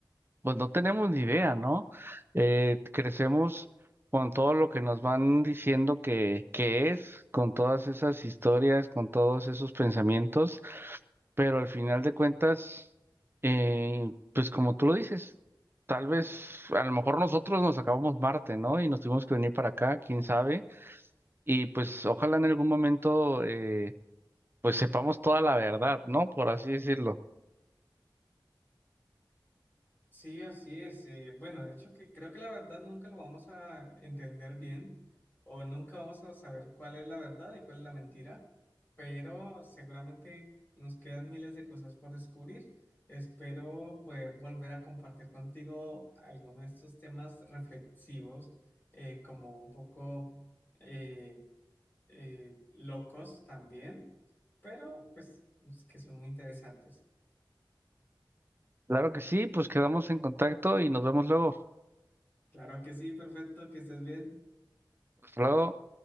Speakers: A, on the right (about 25°); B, on the left (about 25°).
A: Pues no tenemos ni idea, ¿no? Eh, crecemos con todo lo que nos van diciendo que, que es, con todas esas historias, con todos esos pensamientos, pero al final de cuentas, eh, pues como tú lo dices, tal vez, a lo mejor nosotros nos acabamos Marte, ¿no? Y nos tuvimos que venir para acá, quién sabe, y pues ojalá en algún momento, eh, pues sepamos toda la verdad, ¿no? Por así decirlo.
B: Sí, así es. eh, bueno, de hecho que creo que la verdad nunca lo vamos a entender bien o nunca vamos a saber cuál es la verdad y cuál es la mentira, pero seguramente nos quedan miles de cosas por descubrir. Espero poder volver a compartir contigo algunos de estos temas reflexivos, eh, como un poco eh, eh, locos también, pero pues que son muy interesantes.
A: Claro que sí, pues quedamos en contacto y nos vemos luego.
B: Claro que sí, perfecto, que estés bien.
A: Hasta luego.